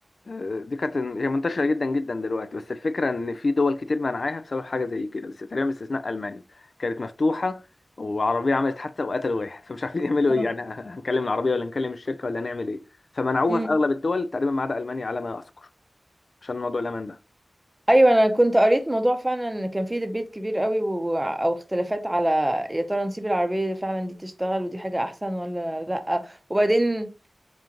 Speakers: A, on the left; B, on the right.
A: آه، دي كانت هي منتشرة جدا جدا دلوقتي بس الفكرة إن في دول كتير منعاها بسبب حاجة زي كده بس تقريبا باستثناء ألمانيا كانت مفتوحة وعربية عملت حادثة وقتلوا واحد <laughs> فمش عارفين يعملوا إيه
B: آه.
A: يعني هنكلم العربية ولا نكلم الشركة ولا هنعمل إيه فمنعوها
B: مم.
A: في أغلب الدول تقريبا ما عدا ألمانيا على ما أذكر عشان موضوع الأمان ده
B: ايوه انا كنت قريت موضوع فعلا ان كان فيه ديبيت كبير قوي و... و- او اختلافات على يا ترى نسيب العربيه فعلا دي تشتغل ودي حاجه احسن ولا لا وبعدين